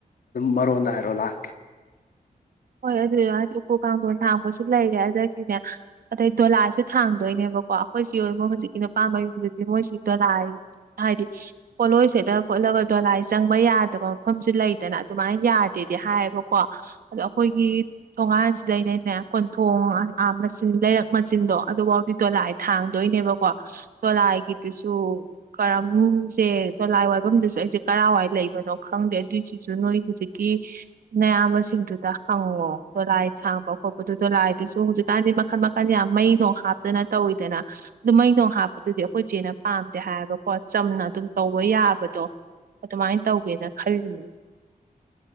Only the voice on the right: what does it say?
ꯍꯣꯏ ꯑꯗꯨ ꯍꯥꯏꯗꯤ ꯎꯄꯨ ꯀꯥꯡꯊꯣꯟ ꯊꯥꯡꯕꯁꯨ ꯂꯩꯔꯦ ꯑꯗꯒꯤꯅꯦ ꯑꯗꯩ ꯗꯣꯂꯥꯏꯁꯨ ꯊꯥꯡꯗꯣꯏꯅꯦꯕꯀꯣ ꯑꯩꯈꯣꯏꯁꯤ ꯑꯣꯏꯨꯣ ꯍꯧꯖꯤꯛꯀꯤꯅ ꯄꯥꯝꯕꯩ ꯌꯨꯝꯗꯗꯤ ꯃꯣꯏꯁꯤ ꯗꯣꯂꯥꯏ ꯍꯥꯏꯗꯤ ꯄꯣꯠꯂꯣꯏ ꯁꯦꯠꯂ ꯈꯣꯠꯂꯒ ꯗꯣꯂꯥꯏ ꯆꯪꯕ ꯌꯥꯗꯕ ꯃꯐꯝꯁꯨ ꯂꯩꯗꯅ ꯑꯗꯨꯃꯥꯏꯅ ꯌꯥꯗꯦꯗꯤ ꯍꯥꯏꯌꯦꯕꯀꯣ ꯑꯗꯣ ꯑꯩꯈꯣꯏꯒꯤ ꯊꯣꯡꯉꯥꯟꯁꯤ ꯂꯩꯅꯩꯅꯦ ꯀꯣꯟꯊꯣꯡ ꯃꯆꯤꯟ ꯂꯩꯔꯛ ꯃꯆꯤꯟꯗꯣ ꯑꯗꯨꯐꯥꯎꯗꯤ ꯗꯣꯂꯥꯏ ꯊꯥꯡꯗꯣꯏꯅꯦꯕꯀꯣ ꯗꯣꯂꯥꯏꯒꯤꯗꯨꯁꯨ ꯀꯔꯝꯁꯦ ꯗꯣꯂꯥꯏ ꯋꯥꯏꯐꯝꯗꯨꯁꯨ ꯑꯩꯁꯦ ꯀꯔꯥꯏꯋꯥꯏ ꯂꯩꯕꯅꯣ ꯈꯪꯗꯦ ꯑꯗꯨꯏꯁꯤꯁꯨ ꯅꯣꯏ ꯍꯧꯖꯤꯛꯀꯤ ꯑꯌꯥꯝꯕꯁꯤꯡꯗꯨ ꯇ ꯍꯪꯉꯣ ꯗꯣꯂꯥꯏ ꯊꯥꯡꯕ ꯈꯣꯠꯄꯗ ꯗꯣꯂꯥꯏꯗꯨꯁꯨ ꯍꯧꯖꯤꯛꯀꯥꯟꯗꯤ ꯃꯈꯟ ꯃꯈꯟ ꯌꯥꯝ ꯃꯩ ꯣꯡ ꯍꯥꯞꯇꯅ ꯇꯧꯋꯤꯗꯅ ꯑꯗꯨ ꯃꯩ ꯅꯣꯡ ꯍꯥꯞꯄꯗꯨꯗꯤ ꯑꯩꯈꯣꯏ ꯏꯆꯦꯅ ꯄꯥꯝꯗꯦ ꯍꯥꯏꯕꯀꯣ ꯆꯝꯅ ꯑꯗꯨꯝ ꯇꯧꯕ ꯌꯥꯕꯗꯣ ꯑꯗꯨꯃꯥꯏꯅ ꯇꯧꯒꯦꯅ ꯈꯜꯂꯤꯅꯦ